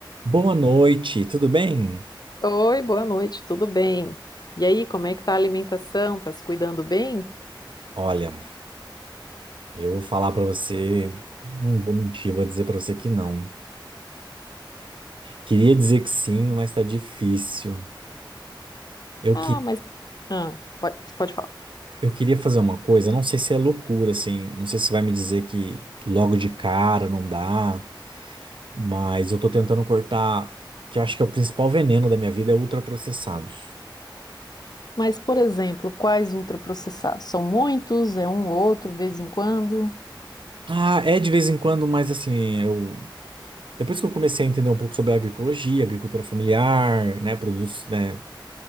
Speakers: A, on the right; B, on the left.
A: Boa noite, tudo bem?
B: Oi, boa noite, tudo bem? E aí, como é que tá a alimentação? Tá se cuidando bem?
A: Olha, eu vou falar pra você, não vou mentir, vou dizer pra você que não. Queria dizer que sim, mas tá difícil. Eu,
B: Ah,
A: que,
B: mas. Ah, pode, pode falar.
A: eu queria fazer uma coisa, não sei se é loucura, assim, não sei se vai me dizer que logo de cara não dá, mas eu tô tentando cortar, que eu acho que é o principal veneno da minha vida, é ultraprocessados.
B: Mas, por exemplo, quais ultraprocessados? São muitos? É um ou outro, vez em quando?
A: Ah, é de vez em quando, mas assim, eu. Depois que eu comecei a entender um pouco sobre a agroecologia, agricultura familiar, né, produtos, né,